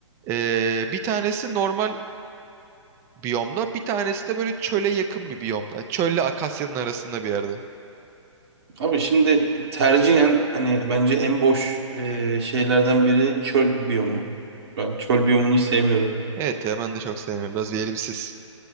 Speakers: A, on the right; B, on the right.
A: Eee, bir tanesi normal biyomda. Bir tanesi de böyle çöle yakın bir biyomda. Çölle akasyanın arasında bir yerde.
B: Abi şimdi tercihen hani bence en boş e, şeylerden biri çöl biyomu. Ben çöl biyomunu hiç sevmiyorum.
A: Evet ya ben de çok sevmiyorum. Biraz verimsiz.